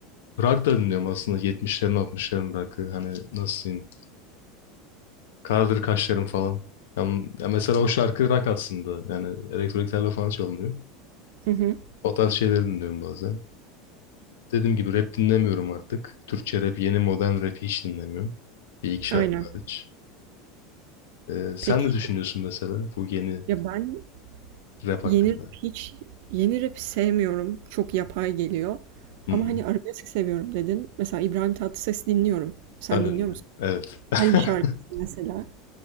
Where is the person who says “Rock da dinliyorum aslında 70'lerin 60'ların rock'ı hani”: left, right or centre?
Left